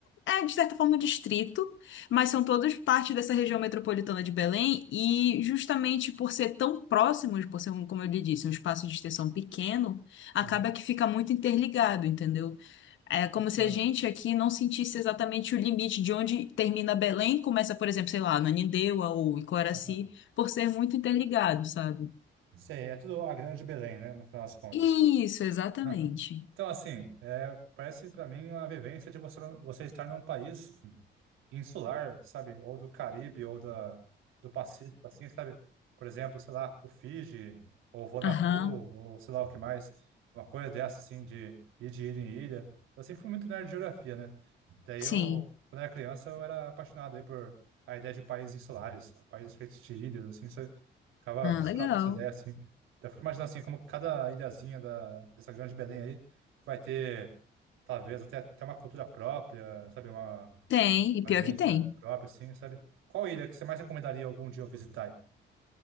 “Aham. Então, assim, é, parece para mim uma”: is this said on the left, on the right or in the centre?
Right